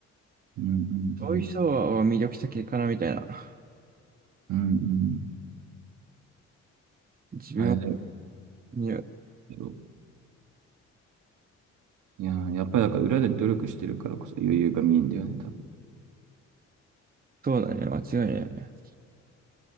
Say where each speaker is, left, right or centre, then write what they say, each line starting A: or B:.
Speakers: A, on the right (about 80°); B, on the right (about 30°).
A: うんうんうん。
B: そういう人は魅力的かな、みたいな。
A: うんうん。
B: 自分
A: あれだ
B: には、
A: よ。いやー、やっぱりだから裏で努力してるからこそ余裕が見えんだよね、多分。
B: そうだね、間違いないよね。